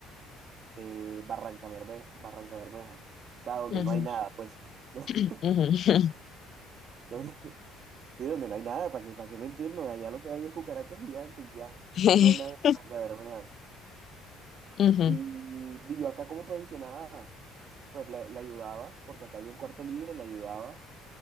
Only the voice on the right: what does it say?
de Barranca Bermeja, Barranca Bermeja, o sea, donde
no hay nada, pues, <laughs>
donde- sí, donde no hay nada, ¿para qué, para qué mentirnos? Allá lo que hay es cucarachas gigantes y ya,
no hay más nada en Barranca Bermeja.
Y vivió acá como pensionada. pues le, le ayudaba, porque acá había un cuarto libre, le ayudaba